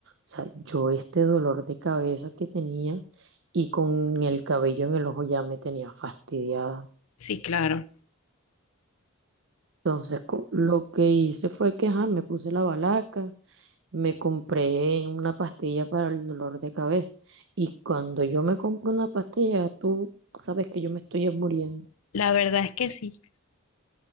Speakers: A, on the right (about 60°); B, on the left (about 80°).
A: sea, yo este dolor de cabeza que tenía y con el cabello en el ojo ya me tenía fastidiada.
B: Sí, claro.
A: Entonces, co- lo que hice fue que ajá, me puse la balaca me compré una pastilla para el dolor de cabeza. Y cuando yo me compro una pastilla, tú sabes que yo me estoy muriendo.
B: La verdad es que sí.